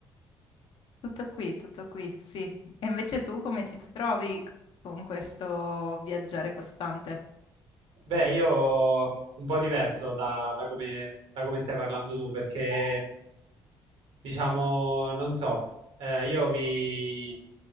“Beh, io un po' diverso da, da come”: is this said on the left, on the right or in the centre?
Right